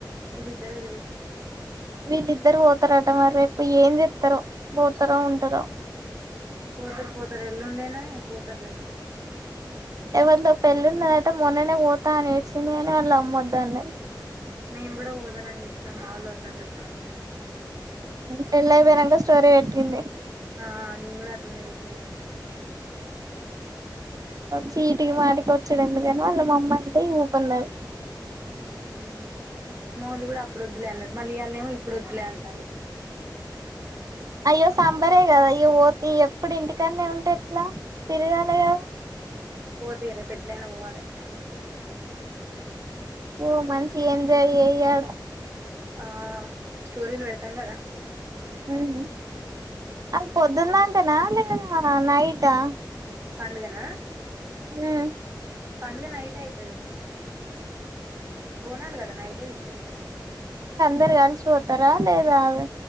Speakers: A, on the right; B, on the right.
A: వీళ్ళిద్దరే తెలుసు
B: ఇద్దరు పోతారంట మరి రేపు ఏం చెప్తారో పోతారో ఉంటారో
A: పోతారు పోతారు ఎల్లుండేనా పోతారు రేపు
B: ఎవరితో పెళ్ళిన్నదట మొన్ననే పోతానేసిది అని వాళ్ళు అమ్మొద్దన్న
A: నేను కూడా పోత అని ఏడ్చినా మా ఒళ్ళు వద్దన్నారు
B: పెళ్లి అయిపోయినాక స్టోరీ పెట్టుకుంది
A: ఆ నేను కూడా అట్లనే విట్నీయ
B: చీటికి మాటకొచుడు ఎందుకని వాళ్ళ మా అమ్మ అంటే ఉక్కున్నది
A: ఉమ్ మా వాలు కూడా అప్పుడు వద్దులే అన్నారు మళ్ళీ ఇయల ఏమో ఇప్పుడు వద్దులే అంటారు
B: అయ్యో సాంబరే కదా ఇగ పోతే ఎప్పుడు ఇంటికనే ఉంటే ట్లా తిరగాలి కదా
A: పోతే ఇగ రేపేట్లైన పోవాలి
B: ఓ మంచిగ ఎంజాయ్ చేయి ఆడ
A: ఆ స్టోరీలు వెడతాం కదా
B: ఉమ్ అది పొద్దున్నాకనా లేదా నైటా
A: పండగనా
B: ఆ
A: పండగ నైట్ అయితది బోనాలు కదా నైటే తీసుకుపోతారు
B: దరు కలిసిపోతారా లేదా అ